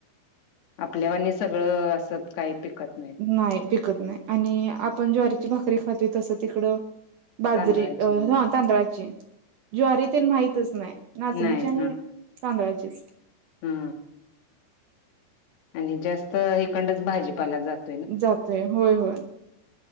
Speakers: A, on the left (about 70°); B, on the right (about 70°).
A: आपल्या वाणी सगळं असत काय पिकत
B: नाही पिकत नाही आणि आपण ज्वारीची भाकरी खातोय तसं तिकडं बाजरी
A: तांदळाची
B: अ नव्ह
A: नाही
B: तांदळाची ज्वारी तेन माहितच नाही नाचणीची
A: नाही
B: आणि तांदळाचीच
A: हू आणि जास्त इकडंनच भाजीपाला जात
B: जातोय होय होय